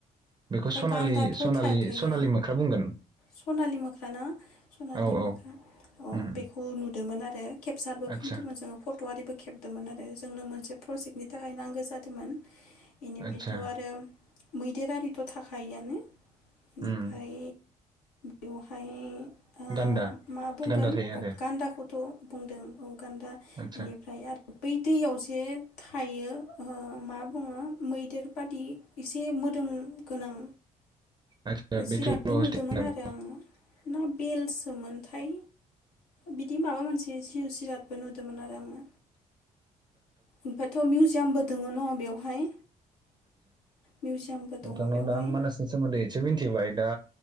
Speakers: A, on the right (about 20°); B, on the left (about 75°).
A: बेखौ
B: ओमफाय
A: सनालि
B: गान्दाथ'
A: सनालि
B: थाखायो
A: सनालि मोख्रा बुंगोन
B: सनालि मोख्रा ना सनालि
A: औ औ
B: मोख्रा अ
A: उम
B: बेखौ नुदोंमोन आरो केपसारबो
A: आतसा
B: खामदोंमोन जोङो फट'आरिबो खेबदोंमोन आरो जोंनो मोनसे प्रजेक्टनि थाखाय नांगो जादोंमोन। बेनिफ्रायथ'
A: आतसा
B: आरो मैदेर आरिथ' थाखायोआनो। बेनिफाय
A: उम
B: बेवहाय ओ
A: गान्दा
B: मा बुंगोन
A: गान्दा थायो आरो
B: गान्दाखौथ' बुंदों औ। गान्दा
A: आतसा
B: बेनिफ्राय आर बै दैयावसो थायो ओ मा बुङो मैदेर बादि एसे मोदोम गोनां
A: आतसा बे
B: जिरादबो
A: जल' हस्टिं
B: नुदोंमोन आरो आङो ना बेलसोमोनथाय बिदि माबा मोनसे जिउजिराद बोनुदोंमोन आरो आंङो ओमफ्रायथ' मिउजियामबो दोङ न' बेवहाय मिउजियामबो
A: द
B: बेवहाय
A: मानासनि सोमोन्दै एसे मिथिबाय दा